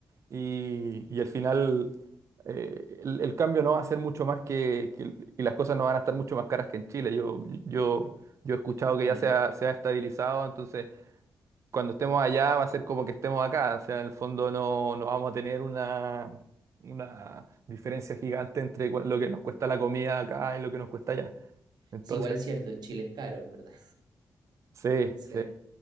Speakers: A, on the right; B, on the right.
A: y, y al final eh, el, el cambio no va a ser mucho más que, que- y las cosas no van a estar mucho más caras que en Chile. Yo, yo, yo he escuchado que
B: Mm.
A: ya se ha, se ha estabilizado, entonces cuando estemos allá va a ser como que estemos acá. O sea, en el fondo no, no vamos a tener una, una diferencia gigante entre cua- lo que nos cuesta la comida acá y lo que nos cuesta allá. Entonces,
B: Sí, igual es cierto, Chile es caro, en verdad.
A: sí,
B: <laughs>
A: sí.
B: sí